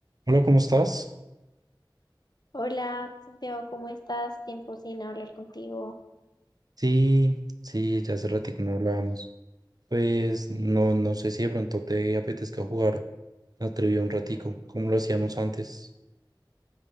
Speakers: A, on the right; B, on the left.
A: Hola, ¿cómo estás?
B: Hola, Santiago, ¿cómo estás? Tiempo sin hablar contigo.
A: Sí, sí, ya hace ratito no hablábamos. Pues no, no sé si de pronto te apetezca jugar la trivia un ratico, como lo hacíamos antes.